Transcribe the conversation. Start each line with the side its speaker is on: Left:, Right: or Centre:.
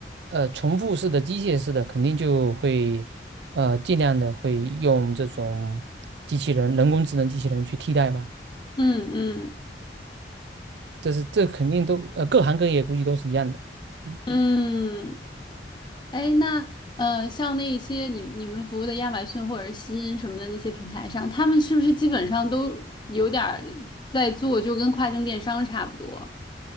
Right: 呃，重复式的、机械式的，肯定就会，呃，尽量的会用这种机器人、人工智能机器人去替代嘛。
Left: 嗯嗯。
Right: 这是这肯定都，呃，各行各业估计都是一样的。嗯，
Left: 嗯，哎，那呃，像那一些你你们服务的亚马逊或者西音什么的那些平台上，他们是不是基本上都有点儿在做，就跟跨境电商差不多？